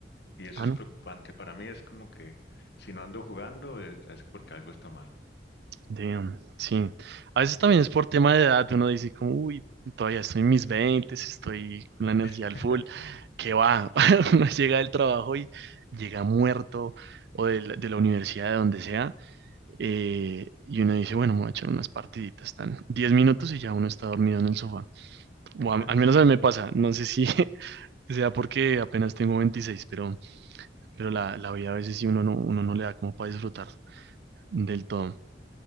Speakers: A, on the left (about 65°); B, on the right (about 60°).
A: Y eso
B: Ah,
A: es
B: no.
A: preocupante. Para mí es como que si no ando jugando es, es porque algo está mal.
B: Damn, sí. A veces también es por tema de edad, uno dice como, uy, todavía estoy en mis 20 estoy con la energía
A: <laughs>
B: al full, que va, <laughs> uno llega del trabajo y llega muerto o de la, de la universidad, de donde sea, eh, y uno dice, bueno, me voy a echar unas partiditas, están 10 minutos y ya uno está dormido en el sofá. O a- al
A: Sí,
B: menos a mí me pasa, no sé si <laughs> sea porque apenas tengo 26 pero, pero la, la vida a veces sí uno no, uno no le da como para disfrutar del todo.